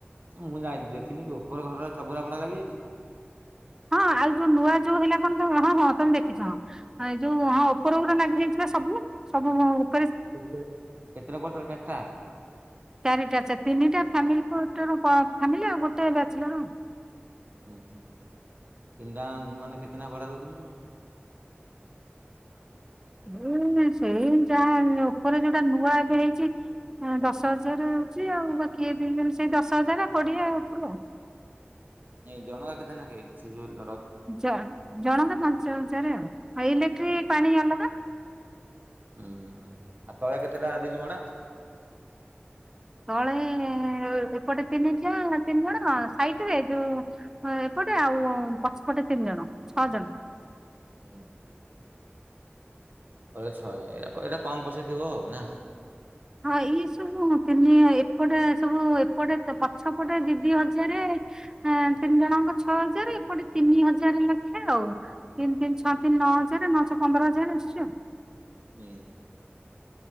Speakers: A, on the right; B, on the right.
A: ମୁଁ ଯାଇନି ଦେଖିନି କି ଉପର ଘରର ସବୁ ଗୁରା ଭଡା ଲାଗିଯାଇଛି?
B: ହଁ ଆଉ ଯୋଉ ନୂଆ ଯୋଉ ହେଲା କଣ ତମ ହଁ ହଁ ତମେ ଦେଖିଛ ହଁ ଏ ଯୋଉ ହଁ ଉପର ଉପରେ ଲାଗିଯାଇଥିବା ସବୁ ସବୁ ଘ
A: କେ କେତେଟା କ୍ୱାଟର ଚାରାଟା?
B: ଚାରିଟାଛା ତିନିଟା ଫ୍ୟାମିଲି <unintelligible> ଫ୍ୟାମିଲ ଆଉ ଗୋଟେ ବ୍ୟାଚଲର।
A: ଉୁଁ ହୁଁ ତିନିଟା ମାନେ କେତେନେଖା ଭଡା ଦଉଛନ୍ତି ସବୁ।
B: ହଁ ଏ ସେଇ ଯାହା ଉପରେ ଯୋଉଟା ନୂଆ ଏବେ ହେଇଚି ଦଶ ହଜାର ହଉଚି ଆଉ ବାକି ଏଇ ଦି ଟା ମିଶେଇ ଦଶ ହଜାର କୋଡିଏ ଉପରୁ ଆଉ
A: ନାଇ ଜଣଗା କେତେ ନେଖେ ସେଜୁଲ୍
B: ଜଣ ଜଣଙ୍କା ପାଞ୍ଚ ହଜାର ଆଉ ଆଉ ଇଲେକ୍ଟ୍ରି ପାଣି ଅଲଗା।
A: ଉୁଁ ହୁଁ ହୁଁଁ ଆଉ ତଳେ କେତେ ଟା ଦେଇଛୁ ଭଡା?
B: ତଳେ ହିଁ ଏପଟେ ତିନି ଯା ତିନି ଜଣ ସାଇଟ୍ ରେ ଯୋଉ ହ ଏପଟେ ଆଉ ପଛପଟେ ତିନି ଜଣ ଛଅ ଜଣ।
A: ହୁଁ ହୁଁ। କହିଲେ ଛଅ ହଜାର ୟାକୁ ଏଇଟା କମ୍ ପଇସା ଥିବ ଆଉ ନା।
B: ହଁ ଏଇ ସବୁ ତିନି ଏପଟେ ସବୁ ଏପଟେ ପଛପଟେ ଦି ଦି ହଜାର ଅଁ ତିନି ଜଣଙ୍କ ଛଅ ହଜାର ଏପଟେ ତିନି ହଜାର ଲେଖେ ଆଉ ତିନି ତିନି ଛଅ ତିନି ନଅ ହଜାର ନଅ ଛ ପନ୍ଦର ହଜାର ଆସୁଛି ଆଉ।
A: ଯେ